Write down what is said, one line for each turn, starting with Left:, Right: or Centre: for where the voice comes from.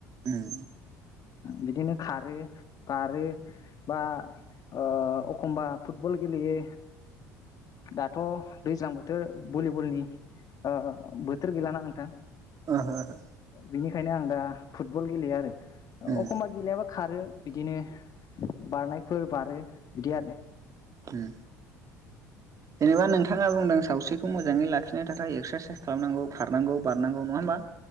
Right: उम
Left: बिदिनो खारो बारो बा ओ अखनबा फुटबल गेलेयो दाथ' दैज्लां बोथोर भलिबलनि ओ बोथोर गैलाना नोंथां।
Right: ओहो ओहो
Left: बिनिखायनो आं दा फुटबल गेलेयो आरो
Right: उम
Left: अखमबा गेलेयाबा खारो बिदिनो बारनायफोर बारो बिदि आरो
Right: ओम जेनेबा नोंथाङा बुंदों सावस्रिखौ मोजाङै लाखिनो थाखाय एक्सारसाइस खालामनांगौ खारनांगौ बारनांगौ नङा होमबा